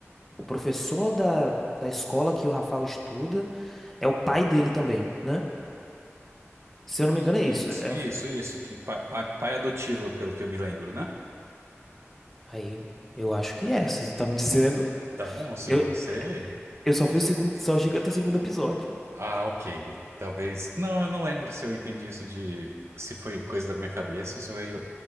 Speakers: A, in the centre; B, on the right.
A: o professor da, da escola que o Rafael estuda é o pai dele também, né? Se eu
B: I-
A: não me engano,
B: Isso,
A: é isso. É,
B: isso,
A: o-
B: isso, que pa- pa- pai adotivo, pelo que eu me lembro, né?
A: aí, eu acho que é, se você tá me dizendo.
B: Tá bom, se
A: Eu,
B: você.
A: eu só vi o segundo, só cheguei até o segundo episódio.
B: Ah, ok. Talvez. Não, eu não lembro se eu entendi isso de. Se foi coisa da minha cabeça ou se eu,